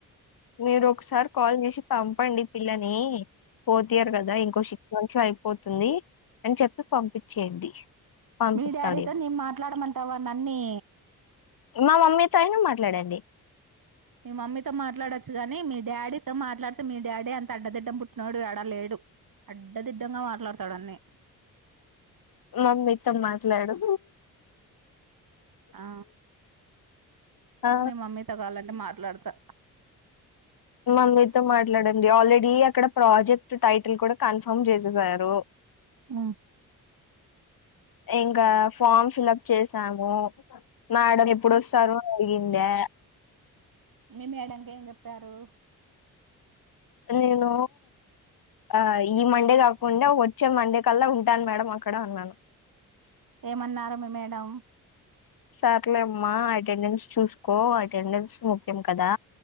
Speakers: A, on the left (about 60°); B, on the right (about 55°).
A: మీరు ఒకసారి కాల్ చేసి పంపండి పిల్లని ఫోర్త్ ఇయర్ కదా ఇంకో శి క్స్ అయిపోతుంది అని చెప్పి పంపించేయండి పంపిస్తాడు
B: మీ డాడీతో నేన్ మాట్లాడమంటావా నన్నీ
A: మా మమ్మీతో అయినా మాట్లాడండి
B: మీ మమ్మీతో మాట్లాడొచ్చు గాని మీ డాడీతో మాట్లాడితే మీ డాడీ అంత అడ్డదిడ్డం పుట్టినోడు యాడ లేడు అడ్డదిడ్డంగా మాట్లాడతాడు అన్ని
A: మా మమ్మీతో మాట్లాడు
B: ఆ
A: ఆ
B: మీ మమ్మీతో కావలంటే మాట్లాడతా
A: మమ్మీతో మాట్లాడండి ఆల్రెడీ అక్కడ ప్రాజెక్ట్ టైటిల్ కూడా కన్ఫర్మ్ చేసేసారు
B: ఉ
A: ఇంకా ఫామ్ ఫిల్ప్ చేసాము మేడం ఎప్పుడోస్తారు అని అడిగిందే
B: మీ మేడంకేం చెప్పారు
A: నేను ఆ ఈ మండే కాకుండా వచ్చే మండే కల్లా ఉంటాను మేడం అక్కడ అన్నాను
B: ఏమన్నారు మీ మేడం
A: సార్లేమ్మా అటెండెన్స్ చూసుకో అటెండెన్స్ ముఖ్యం కదా